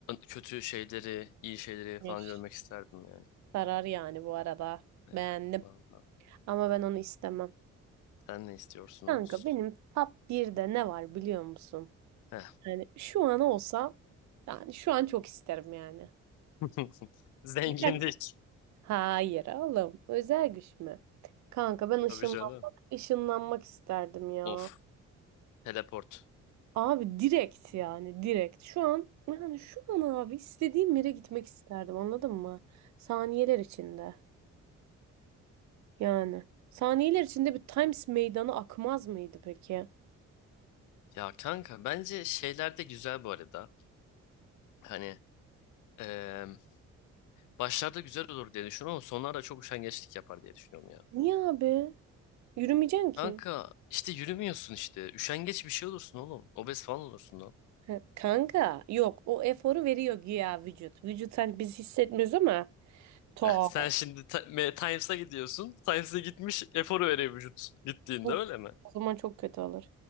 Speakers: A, on the left; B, on the right.
A: kötü şeyleri, iyi şeyleri
B: Miş.
A: falan görmek isterdim yani.
B: sarar yani bu arada.
A: Evet.
B: Beğendim.
A: Vallahi.
B: Ama ben onu istemem.
A: Sen ne istiyorsunuz?
B: Kanka benim top birde ne var biliyor musun?
A: Heh.
B: Yani şu an olsa yani şu an çok isterim yani.
A: <laughs> Zenginlik.
B: Birkaç Hayır oğlum. Özel güç mü? Kanka ben ışınlan
A: Tabii canım.
B: ışınlanmak isterdim ya.
A: Of. Teleport.
B: Abi direkt yani direkt. Şu an yani şu an abi istediğim yere gitmek isterdim anladın mı? Saniyeler içinde yani. Saniyeler içinde bir Times meydanı akmaz mıydı peki?
A: Ya kanka bence şeyler de güzel bu arada. Hani eee, başlarda güzel olur diye düşünüyorum ama sonlarda çok üşengeçlik yapar diye düşünüyorum ya.
B: Niye abi? Yürümeyeceksin ki.
A: Kanka işte yürümüyorsun işte. Üşengeç bir şey olursun oğlum. Obez falan olursun
B: Ha, Kanka yok o eforu veriyor güya vücut. Vücut hani biz hissetmiyoruz ama to
A: Heh, sen şimdi ta- me- Times'a gidiyorsun. Times'a gitmiş eforu veriyor vücut gittiğinde
B: o
A: öyle mi?
B: zaman çok kötü olur.